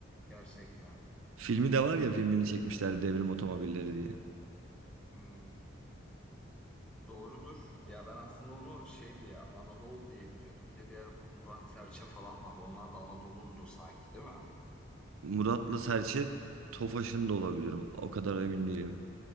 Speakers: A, in the centre; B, on the right.
A: Gerçekten.
B: Filmi de var ya filmini çekmişler Devrim otomobilleri diye.
A: Hmm, doğrudur. Ya ben aslında onu şey diye Anadolu diye biliyordum. Bir de bir ara bu Murat Serçe falan vardı. Onlar da Anadolu'ndu sanki değil mi?
B: Murat'la Serçe Tofaş'ın da olabilirim. O kadar emin değilim.